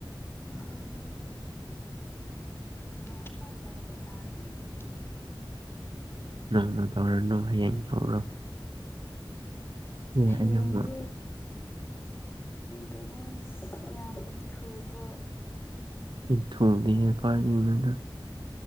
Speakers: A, on the left; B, on the right.
A: ꯎꯝ ꯅꯣꯡꯃ ꯇꯧꯕ ꯇꯥꯔꯦ ꯑꯗꯨꯗꯤ
B: ꯅꯪꯅ ꯇꯧꯔꯅ ꯍꯌꯦꯡ ꯇꯧꯔꯣ ꯑꯦ
A: ꯍꯌꯦꯡ
B: ꯑꯩ ꯌꯥꯝ
A: ꯀꯩꯅꯩꯅꯣ ꯌꯥꯝ ꯊꯨꯨꯔꯣ
B: ꯏ ꯊꯣꯗ ꯍꯥꯏ ꯀꯔ ꯂꯩꯅꯅ